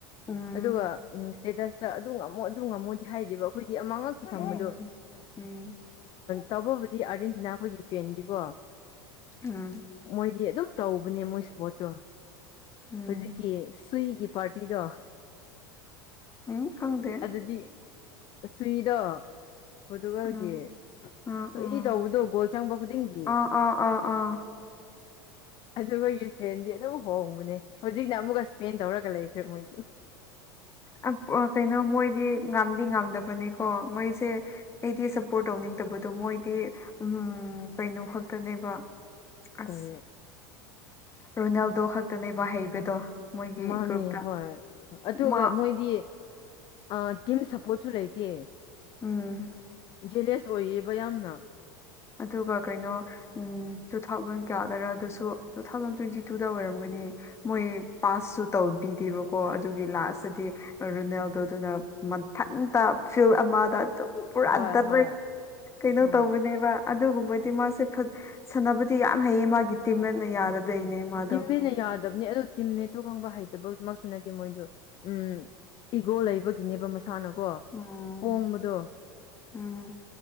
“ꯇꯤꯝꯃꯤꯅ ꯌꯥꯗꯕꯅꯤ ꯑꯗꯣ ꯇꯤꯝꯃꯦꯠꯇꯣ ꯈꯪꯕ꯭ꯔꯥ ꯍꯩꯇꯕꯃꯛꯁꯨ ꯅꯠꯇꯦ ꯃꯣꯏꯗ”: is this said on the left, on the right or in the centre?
Left